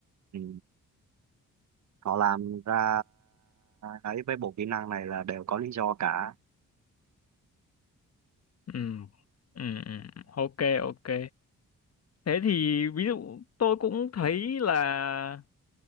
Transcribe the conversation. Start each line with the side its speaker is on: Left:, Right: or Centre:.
Right: Ừ. Họ làm ra ấy với bộ kỹ năng này là đều có lý do cả.
Left: Ừ. Ừ. ừ. ok ok thế thì ví dụ tôi cũng thấy là